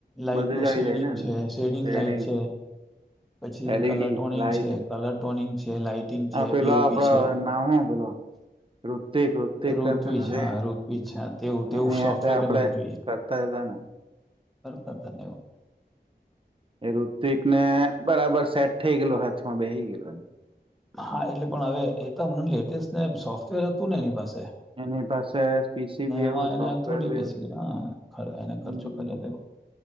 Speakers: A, in the centre; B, on the right.
A: લાઈટ
B: બધું
A: નું
B: જ આવી
A: શેડિંગ
B: જાય ને અંદર
A: છે શેડિં
B: શેડિંગ
A: લાઈટ છે પછી
B: એલઈડી
A: કલર ટોનિંગ
B: લાઈટ
A: છે, કલર ટોનિંગ છે, લાઈટિંગ છે.
B: આ પેલો
A: પીઓપી
B: આપડો
A: છે
B: નામ હું પેલો ઋતિક રુતિક
A: ઋત્વીજ
B: કરને રે
A: હા ઋત્વીજ હા તેવું તેવું
B: એની
A: સોફ્ટવેર
B: હાથે આપડે
A: ને બધું જોઈએ
B: કરતા જ હતા ને.
A: <inaudible>
B: એ ઋતિક ને બરાબર સેટ થઈ ગયેલું, હાથમાં બેહી ગયેલું
A: હા એટલે પણ અવે એત એમને લેટેસ્ટને સોફ્ટવેર હતું ને એની પાસે
B: એની પાસે પીસી
A: ને
B: બી એવું
A: એમાં એને
B: સોફ્ટવેર
A: થોડી
B: બી
A: બેસી
B: એવ હતું
A: હા એને ખર્ચો કર્યો
B: હમ.
A: હતો